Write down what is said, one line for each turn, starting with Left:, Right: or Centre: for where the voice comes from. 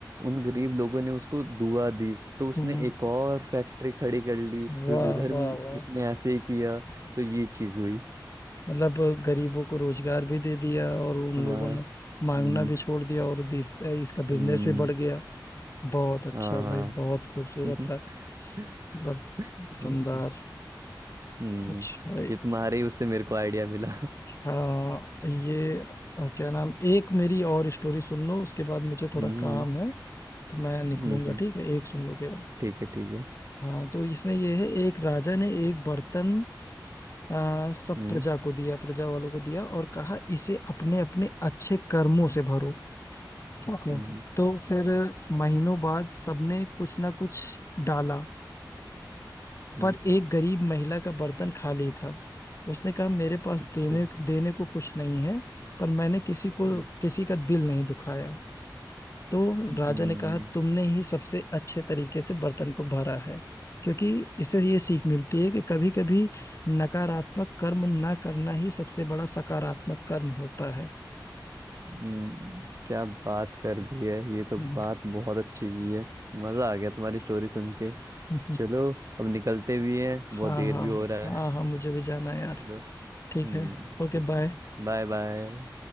Right: उन गरीब लोगों ने उसको दुआ दी तो उसने
Left: हम्म,
Right: एक और फैक्ट्री खड़ी कर ली
Left: वाह
Right: फिर उधर
Left: वाह
Right: भी
Left: वाह
Right: उसने ऐसे ही किया तो ये चीज हुई
Left: मतलब गरीबों को रोजगार भी दे दिया और उन
Right: हाँ
Left: लोगों ने मांगना
Right: हम्म
Left: भी छोड़ दिया और दिस- इसका
Right: हम्म,
Left: बिजनेस भी बढ़ गया बहुत अच्छा
Right: हाँ
Left: भाई बहुत खूबसूरत
Right: हाँ
Left: था
Right: <laughs>
Left: मतलब दमदार
Right: हम्म हम्म,
Left: अच्छा
Right: ये तुम्हारे ही उससे मेरे को आइडिया मिला
Left: हाँ ये अ, क्या नाम एक मेरी और स्टोरी सुन लो उसके बाद मुझे थोड़ा
Right: हम्म
Left: काम है तो मैं निकलूंगा
Right: हम्म
Left: ठीक है एक सुन लो के बाद
Right: ठीक है ठीक है
Left: हाँ तो इसमें ये है एक राजा ने एक बर्तन अ, सब
Right: हम्म
Left: प्रजा को दिया प्रजा वालों को दिया और कहा इसे अपने अपने अच्छे कर्मों से भरो ओहो।
Right: हम्म
Left: तो फिर महीनों बाद सबने कुछ ना कुछ डाला
Right: हम्म,
Left: पर एक गरीब महिला का बर्तन खाली था उसने कहा मेरे पास
Right: अच्छा
Left: देने देने को कुछ नहीं है पर मैंने किसी को
Right: हम्म
Left: किसी का दिल नहीं दुखाया तो
Right: हम्म,
Left: राजा ने कहा तुमने ही सबसे अच्छे तरीके से बर्तन को भरा है क्योंकि इससे ये सीख मिलती है कि कभी कभी नकारात्मक कर्म ना करना ही सबसे बड़ा सकारात्मक कर्म होता है
Right: हम्म, क्या बात कर दी है ये तो
Left: <laughs> हम्म,
Right: बात बहुत अच्छी की है मजा आ गया तुम्हारी स्टोरी सुन के
Left: हम्म,
Right: चलो अब निकलते भी हैं बहुत
Left: हाँ
Right: देर
Left: हाँ
Right: भी हो रहा है
Left: हाँ हाँ मुझे भी जाना है यार
Right: चलो हम्म
Left: ठीक है Okay
Right: चलो
Left: bye
Right: Bye bye